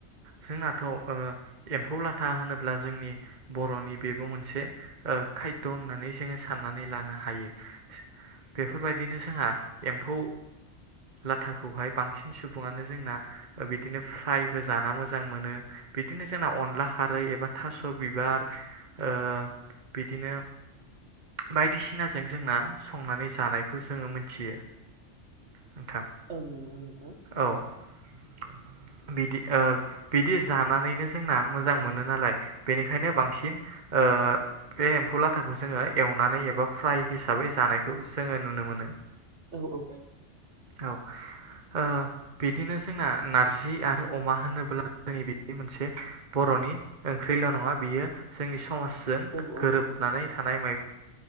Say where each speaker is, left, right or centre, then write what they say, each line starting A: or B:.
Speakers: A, on the right; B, on the right.
A: जोंनाथ एम्फौ लाथा होनोब्ला जोंनि बर'नि बेबो मोनसे खायद होननानै जोङो साननानै लानो हायो। बेफोरबायदिनो जोंहा एम्फौ लाथाखौहाय बांसिन सुबुङानो जोंना बिदिनो फ्रायबो जाना मोजां मोजां मोनो बिदिनो जोंना अनला खारै एबा थास' बिबार। ओ बिदिनो। बायदिसिनाजों जोंना संनानै जानायखौ जोङो मोनथियो। नोंथां
B: औ नंगौ नोंथां।
A: औ <inaudible> बिदि बिदि जानानैनो जोंना मोजां मोनो नालाय बेनिखायनो बांसिन ओ बे एम्फौ लाथाखौ जोङो एवनानै एबा फ्राय हिसाबै जानायखौ जोङो नुनो मोनो।
B: औ-औ
A: औ आ बिदिनो। जोंना नारजि आरो अमा होनोब्ला जोंनि बे मोनसे बर'नि ओंख्रिल नङा। बि जोंनि समाजजों
B: औ
A: गोरोबनानै
B: औ
A: थानाय